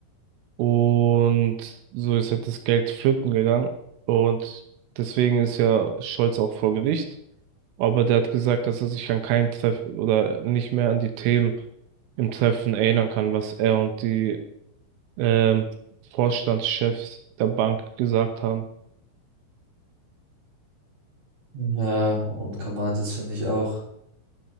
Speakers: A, on the right (about 80°); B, on the right (about 40°).
A: Und so ist halt das Geld flöten gegangen. Und deswegen ist ja Scholz auch vor Gericht. Aber der hat gesagt, dass er sich an keinen Treffen oder nicht mehr an die Themen im Treffen erinnern kann, was er und die ähm, Vorstandschefs der Bank gesagt haben.
B: Ja, und Kamal, das finde ich auch